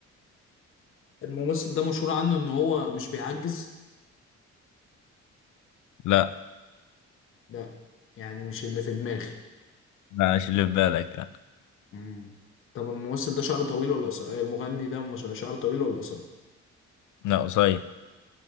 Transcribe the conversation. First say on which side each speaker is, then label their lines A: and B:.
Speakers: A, on the left; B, on the left.
A: الممثل ده مشهور عنه إن هو مش بيعجز
B: لا
A: لا يعني مش اللي في دماغي
B: لا مش اللي في بالك لا
A: مم. طب الممثل ده شعره طويل ولا قصير المغني ده مش شعره طويل ولا قصير
B: لا قصير